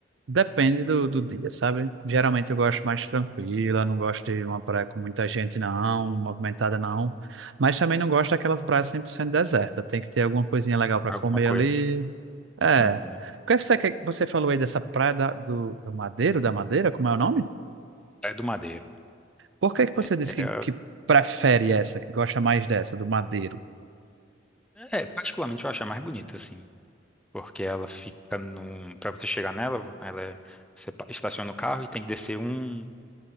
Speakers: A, on the right (about 75°); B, in the centre.
A: Depende do, do dia, sabe? Geralmente eu gosto mais tranquila, não gosto de uma praia com muita gente, não, movimentada, não. Mas também não gosto daquelas praias 100% deserta. Tem que ter alguma coisinha legal para
B: Alguma
A: comer
B: coisinha.
A: ali. É.
B: Uhum.
A: O que você, que você falou aí dessa praia da- do, do Madeiro, da Madeira, como é o nome?
B: É do Madeiro.
A: Por que que
B: É,
A: você disse que,
B: é-
A: que prefere essa, que gosta mais dessa, do Madeiro?
B: é, particularmente eu acho a mais bonita, assim, porque ela fica num. Pra você chegar nela, ela é- você pa- estaciona o carro e tem que descer um,